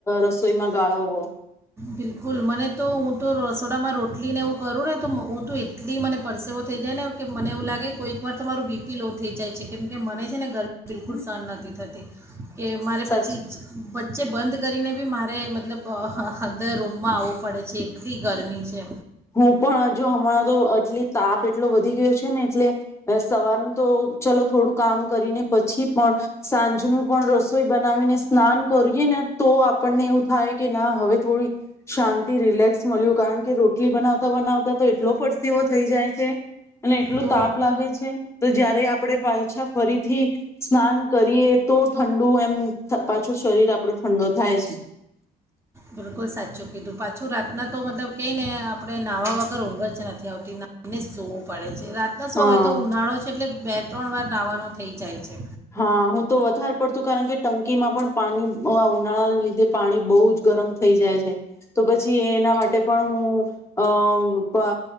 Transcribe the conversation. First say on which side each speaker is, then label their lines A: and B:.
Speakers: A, on the left (about 15°); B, on the right (about 15°).
A: રસોઈમાં ગાળવવો
B: બિલકુલ મને તો હું તો રસોડામાં રોટલીને એવું કરું ને તો હું તો એટલી મને પરસેવો થઈ જાય ને કે મને એવું લાગે કોઈક વાર તો મારું બીપી લો થઈ જાય છે કેમ કે મને છે ને ગર બિલકુલ
A: હમ
B: શહ નથી થતી કે મારે
A: સચ
B: પછી જ જે બંધ કરીને બી મારે મતલબ ખંદર રૂમમાં આવવું પડે છે એટલી ગરમી છે.
A: હું પણ જો હમણાં તો એટલી તાપ એટલો વધી ગયો છે ને એટલે સવારનું તો ચલો થોડું કામ કરીને પછી પણ સાંજનું પણ રસોઈ બનાવીને સ્નાન કરીએ ને તો આપણને એવું થાય કે ના હવે થોડી શાંતિ રિલેક્સ મળ્યું કારણ કે રો એટલી બનાવતા બનાવતા તો એટલો પડસીવો થઈ જાય છે. અને એટલું
B: તો
A: તાપ લાગે છે. તો જયારે આપણે પાછા ફરીથી સ્નાન કરીએ તો ઠંડુ એમ પાછું શરીર આપણો ઠંડો થાય છે.
B: બિલકુલ સાચું કીધું પાછું રાતના તો મતલબ કઈ ને આપણે નાહવા વગર ઊંઘર જ નથી આવતી નાને સવું પડે છે છે રાતના શું
A: હા
B: હવે તો ઉનાળો છે એટલે બે ત્રણ વાર નાવાનો થઈ જાય છે.
A: હા હું તો વધારે પડતું કારણ કે ટંકીમાં પણ પાણી ઉનાળાના લીધે પાણી બહુ જ ગરમ થઈ જાય છે તો પછી એના માટે પણ હું અ